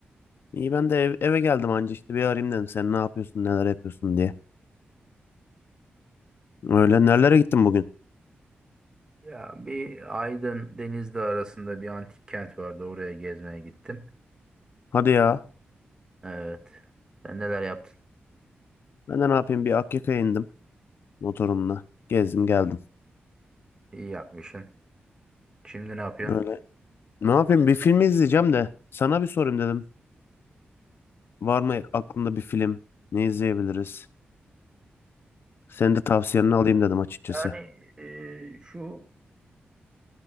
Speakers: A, on the left; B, on the right.
A: İyi ben de ev- eve geldim anca işte bir arayayım dedim sen ne yapıyorsun neler yapıyorsun diye. Öyle nerelere gittin bugün?
B: Ya bir Aydın Denizli arasında bir antik kent vardı. Oraya gezmeye gittim.
A: Hadi ya.
B: Evet. Sen neler yaptın?
A: Ben de ne yapayım bir Akyaka'ya indim motorumla. Gezdim geldim.
B: İyi yapmışsın. Şimdi ne yapıyorsun?
A: Öyle. Ne yapayım bir film izleyeceğim de sana bir sorayım dedim. Var mı aklında bir film? Ne izleyebiliriz? Senin de tavsiyenini alayım dedim açıkçası.
B: Yani e, şu